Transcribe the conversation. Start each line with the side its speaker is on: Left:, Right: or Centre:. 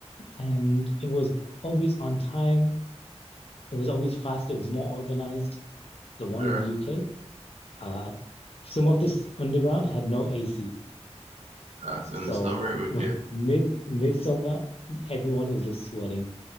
Left: and it was always on time. It was always fast. It was more organized. The one
Right: Sure.
Left: in the UK, uh, some of this underground had no AC.
Right: Uh, so
Left: So
Right: in the summer it would
Left: <laughs>
Right: get
Left: mid midsummer, everyone is just sweating.